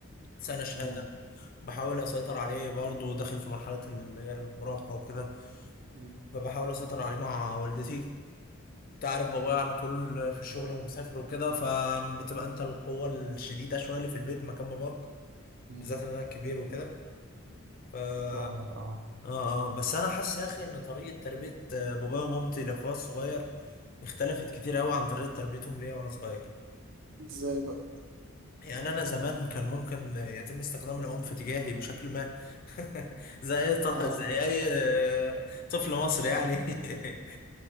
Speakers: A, on the left; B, on the right.
A: سنه شهاده
B: مم،
A: بحاول اسيطر عليه برضه داخل في مرحله اللي هي المراهقه وكده
B: مم،
A: فبحاول اسيطر عليه مع والدتي تعرف بابايا على طول في الشغل ومسافر وكده فبتبقى انت القوة الشديدة شوية اللي في البيت مكان باباك
B: مم.
A: بالذات ان انا الكبير وكده ف اه
B: فاهمك اه
A: اه بس انا حاسس يا اخي ان طريقة تربية آه، بابايا ومامتي لاخويا الصغير اختلفت كتير قوي عن طريقة تربيتهم ليا وانا صغير
B: ازاي بقى؟
A: يعني انا زمان كان ممكن يتم استخدام العنف تجاهي بشكل ما <laughs> زي اي ط-
B: اه
A: زي اي آه، طفل مصري يعني <laughs>